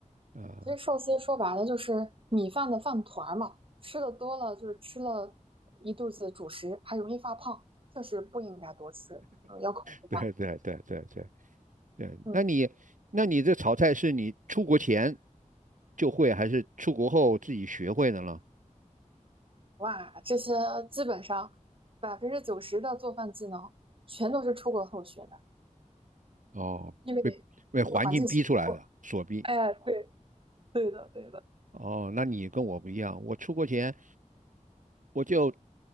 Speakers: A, on the right (about 70°); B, on the right (about 40°).
A: 啊。呃
B: 其实寿司说白了就是米饭的饭团儿嘛，吃的多了就是吃了一肚子主食，还容易发胖，确实不应该多吃，嗯，要控制量。
A: 对对对对对对，
B: 嗯，
A: 那你那你这炒菜是你出国前就会，还是出国后自己学会的呢？
B: 哇，这些基本上百分之九十的做饭技能全都是出国后学的，
A: 哦，
B: 因为这
A: 被被环境逼出来的，
B: 个环境所迫。
A: 所逼。
B: 哎，对，对的，对的。
A: 哦，那你跟我不一样，我出国前我就